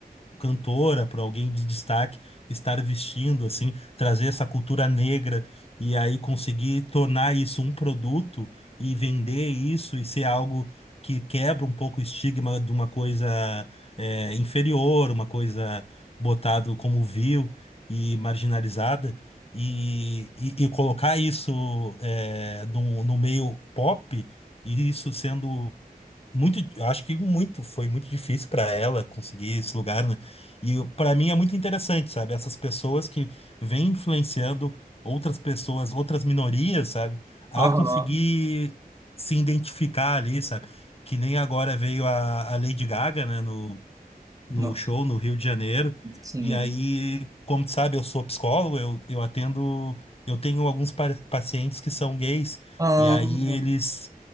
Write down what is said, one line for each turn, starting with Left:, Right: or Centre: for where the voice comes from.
Left: cantora, para alguém de destaque estar vestindo assim, trazer essa cultura negra e aí conseguir tornar isso um produto e vender isso e ser algo que quebra um pouco o estigma de uma coisa é, inferior, uma coisa botado como vil e marginalizada e, e, e colocar isso é, no, no meio pop e isso sendo muito, eu acho que muito, foi muito difícil para ela conseguir esse lugar, né? E para mim é muito interessante, sabe? Essas pessoas que vêm influenciando outras pessoas, outras minorias, sabe? A
Right: Aham.
Left: conseguir se identificar ali, sabe? Que nem agora veio a, a Lady Gaga, né? no
Right: Não.
Left: show no Rio de Janeiro.
Right: Sim.
Left: E aí, como tu sabe, eu sou psicólogo, eu, eu atendo, eu tenho alguns pa- pacientes que são gays,
Right: Ahn,
Left: e aí eles